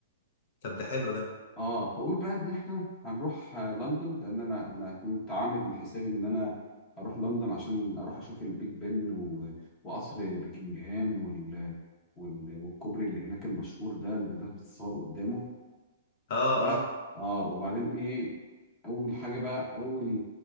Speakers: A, on the left; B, on the left.
A: طب ده حلو ده
B: اه فاقول بقى ان احنا هنروح آه، لندن لان انا انا كنت عامل حسابي ان انا اروح لندن عشان اروح اشوف البيج بن و- وقصر بكنجهام وال... وال... والكوبري اللي هناك المشهور ده اللي الناس بتتصور قدامه
A: اه
B: اه
A: اه
B: اه وبعدين ايه اول حاجه بقى اول